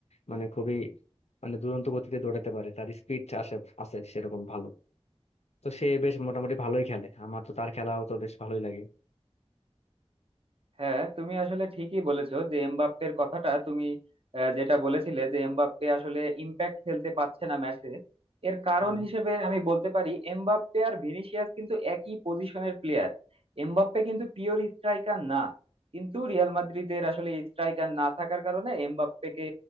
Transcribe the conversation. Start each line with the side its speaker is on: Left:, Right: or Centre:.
Left: মানে খুবই মানে দুরন্ত গতিতে দৌড়াতে পারে তার স্পিড আসে আছে সেরকম ভালো তো সে বেশ মোটামুটি ভালোই খেলে আমার তো তার খেলাও তো বেশ ভালোই লাগে
Right: হ্যাঁ তুমি আসলে ঠিকই বলেছো যে এমবাপ্পের কথাটা তুমি আহ, যেটা বলেছিলে যে এমবাপ্পে আসলে ইম্প্যাক্ট খেলতে পারছে না ম্যাচে এর কারণ
Left: হুম।
Right: হিসেবে আমি বলতে পারি এমবাপ্পে আর ভিনিসিয়াস কিন্তু একই পজিশনের প্লেয়ার এমবাপ্পে কিন্তু পিওর স্ট্রাইকার না কিন্তু রিয়াল মাদ্রিদের আসলে স্ট্রাইকার না থাকার কারণে এমবাপ্পেকে